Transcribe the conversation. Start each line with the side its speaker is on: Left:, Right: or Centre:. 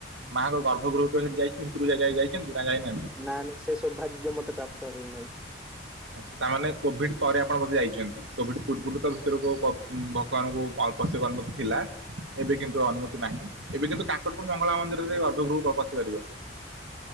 Right: ମାଆଙ୍କ ଗର୍ଭଗୃହକୁ କେବେ ଯାଇଚୁ ଭିତରକୁ ଯାଇ ଯାଇଚନ୍ତି ନା ଯାଇନାହାନ୍ତି?
Centre: ନା ନା ସେ ସୋଭାଗ୍ୟ ମତେ ପ୍ରାପ୍ତ ହେଇନାହିଁ।
Right: ଆଚ୍ଛା ତାମାନେ କୋଭିଡ ପରେ ଆପଣ ବୋଧେ ଯାଇଛନ୍ତି। କୋଭିଡ ପୂର୍ବରୁ ତ ଭିତରକୁ ବଗବାନଙ୍କୁ <unintelligible> ନଥିଲା। ଏବେ କିନ୍ତୁ ଅନୁମତି ନାହିଁ। ଏବେ କିନ୍ତୁ କାକଟପୁର ମଙ୍ଗଳା ମନ୍ଦିରରେ ଗର୍ଭଗୃହକୁ ପସି ପାରିବ।